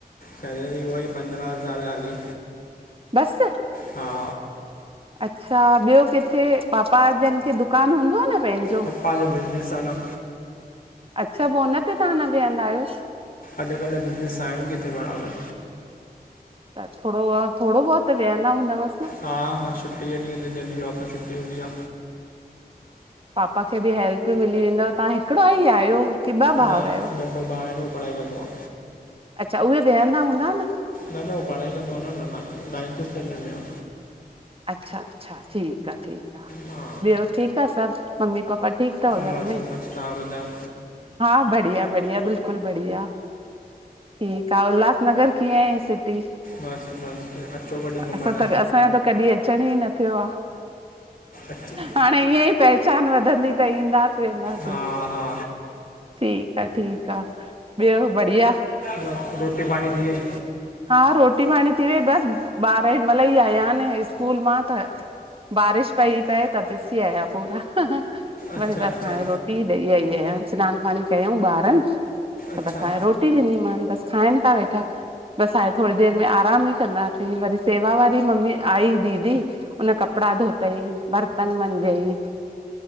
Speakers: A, on the left; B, on the right.
A: सैलरी हुअई पंद्रहं हज़ार हालि।
B: बस!
A: हा
B: अच्छा, ॿियो किथे पापा जन खे दुकानु हूंदो न पंहिंजो?
A: पपा जो बिज़नेस आ न।
B: अच्छा पो हुन ते तहां न वियंदा आहियो?
A: अॼुकल्ह बिज़नेस आहिनि किथे बराबरि।
B: त थोङो, थोङोबहुत त विहंदा हूंदावसि न?
A: हा हा छुट्टीअ ॾींहं तें जॾिं ऑफिस छुट्टी हूंदी आ।
B: पापा खे बि हेल्प मिली वेंदव, तहां हिकिड़ा ई आहियो? की ॿ
A: न
B: भाउर आहियो
A: नंढो भाउ आए न, हू पढ़ाई कंदो आ।
B: अच्छा, उहे वेहंदा हूंदा न?
A: न न उहो पढ़ाई कंदो आ न, नाइंथ स्टैंडर्ड में आ।
B: अच्छा अच्छा, ठीकु आ -ठीकु आ,
A: हा
B: ॿियो ठीकु आ सभु? मम्मी पापा ठीक थव
A: मस्तु
B: घर में?
A: मस्तु तव्हां ॿुधायो
B: हा बढ़िया बढ़िया, बिल्कुलु बढ़िया ठीकु आ, उल्हास नगर कीअं आ इअ सिटी?
A: मस्तु मस्तु, अचो कॾहिं घुमणु!
B: असां त असांजो त कॾहिं अचण ई न थियो आ।
A: अचो
B: हाणे ईअं ई पहचान वधंदी त ईंदा वेंदासीं,
A: हा हा
B: ठीक आ- ठीकु आ, ॿियो बढ़िया?
A: बस रोटी पाणी थी वई?
B: हा रोटी पाणी थी वई, बस ॿार हेॾि मइल ई आया आहिन स्कूल मां त बारिश पई पए त पिस्सी आया पूरा,
A: अच्छा
B: वरी बस
A: अच्छा
B: हाणे रोटी रोटी ॾईी आई आई आयांन, सनानु पाणी कयंउ ॿारनि त
A: अच्छा
B: बस हांणे रोटी टी ॾीनी मान बस खाइन ता वेठा। बस आहे थोड़ी देर में आराम ई कंदासीं वरी सेवा वारी ममी आई दीदी। हुन कपड़ा धोतई बर्तन मंझई।